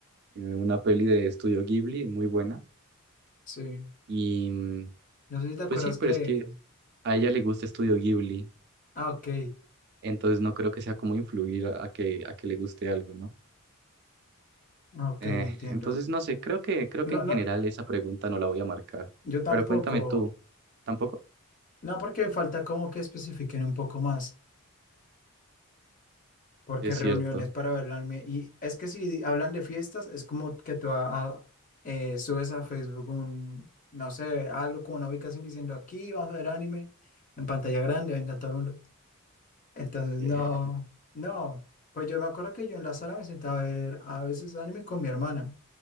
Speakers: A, on the right; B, on the left.
A: eh, una peli de Estudio Ghibli, muy buena.
B: Sí,
A: Y mm,
B: no sé si te acuerdas
A: pues sí, pero
B: que...
A: es que a ella le gusta Estudio Ghibli,
B: Ah, ok,
A: entonces no creo que sea como influir a, a que, a que le guste algo, ¿no?
B: ok,
A: Eh,
B: entiendo.
A: entonces, no sé, creo que, creo
B: No,
A: que en
B: no,
A: general esa pregunta no la voy a marcar.
B: yo tampoco.
A: Pero cuéntame tú, ¿tampoco?
B: No, porque falta como que especifiquen un poco más, porque
A: Sí, Es
B: reuniones
A: cierto.
B: para bailarme. Y es que si hablan de fiestas, es como que tú a- a- eh, subes a Facebook un, no sé, algo como una ubicación diciendo aquí vamos a ver anime en pantalla grande, venga todo el mundo. Entonces,
A: <laughs>
B: no, no. Pues yo me acuerdo que yo en la sala me sentaba a ver a veces anime con mi hermana,